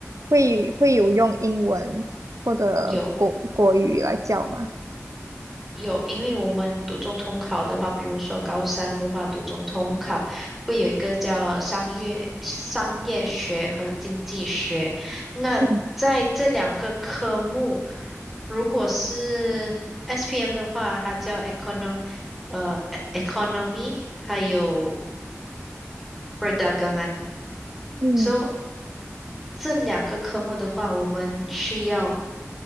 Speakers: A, on the right (about 85°); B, in the centre.
A: 会会有用英文或者国国语来教吗？
B: 有。有，因为我们读中通考的话，比如说高三的话，读中通考会有一个叫商业商业学和经济学。那在这两个科目，
A: 嗯，
B: 如果是 SPM 的话，它叫 econom 呃 e- c o n o m y 还有 perdagangan。
A: 嗯
B: So 这两个科目的话，我们需要。